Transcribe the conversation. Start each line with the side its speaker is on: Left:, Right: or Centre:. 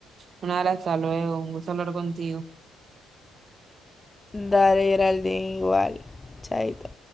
Right: Nada, hasta luego. Un gusto hablar contigo.
Left: Dale, Geraldine, igual. Chaito.